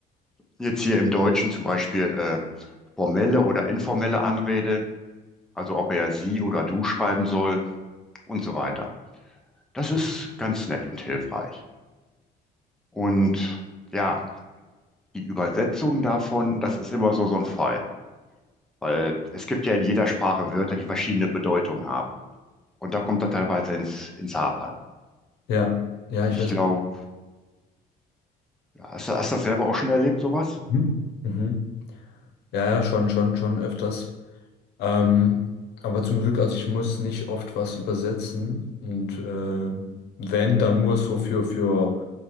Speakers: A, in the centre; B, on the left.
A: jetzt hier im Deutschen zum Beispiel äh, formelle oder informelle Anrede, also ob er sie oder du schreiben soll und so weiter. Das ist ganz nett und hilfreich. Und ja, die Übersetzung davon, das ist immer so so ein Fall. Weil es gibt ja in jeder Sprache Wörter, die verschiedene Bedeutungen haben. Und da kommt er teilweise ins, ins Hapern.
B: Ja, ja, ich
A: Ich
B: weiß.
A: glaube, hast, du- hast du das selber auch schon erlebt, sowas?
B: Mhm. Mhm. Ja, ja, schon, schon, schon öfters. Ähm, aber zum Glück, also ich muss nicht oft was übersetzen und äh, wenn, dann nur so für, für,